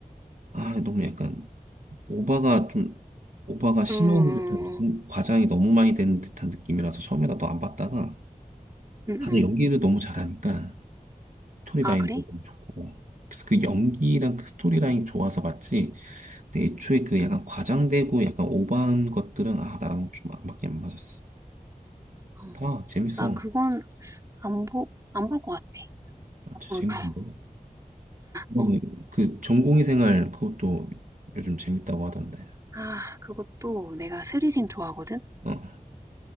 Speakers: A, on the right (about 60°); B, on the right (about 20°).
A: 아,
B: 응,
A: 너무 약간 오바가 좀 오바가 심한
B: 응,
A: 듯한 느낌,
B: 응,
A: 과장이 너무 많이 되는 듯한 느낌이라서 처음에 나도 안 봤다가
B: 응.
A: 다들
B: 응.
A: 연기를 너무 잘하니까 스토리라인도
B: 아, 그래?
A: 너무 좋고 그래서 그 연기랑 그 스토리라인이 좋아서 봤지 근데 애초에 그 약간 과장되고 약간 오버한 것들은 아 나랑 좀 안 맞게 안 맞았어
B: 음.
A: 아 재밌어
B: 나 그건 안 보, 안 볼 것 같아.
A: 아,
B: 앞으로도.
A: 진짜 재밌는데
B: <laughs>
A: 그다음에
B: 어.
A: 그 전공의 생활 그것도 요즘 재밌다고 하던데
B: 아, 그것도 내가 슬리생 좋아하거든?
A: 어어